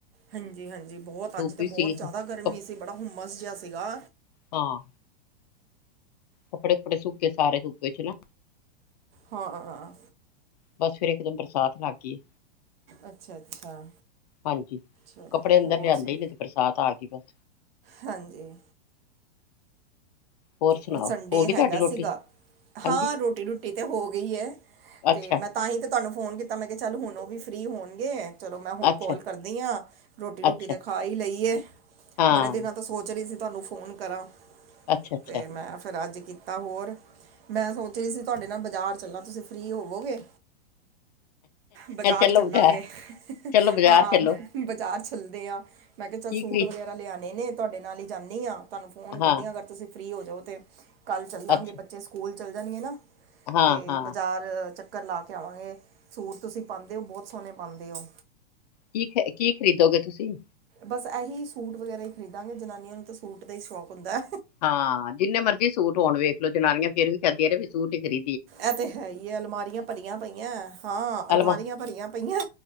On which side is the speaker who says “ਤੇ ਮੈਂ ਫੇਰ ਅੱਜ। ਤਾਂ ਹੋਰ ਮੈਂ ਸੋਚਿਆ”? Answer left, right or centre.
Right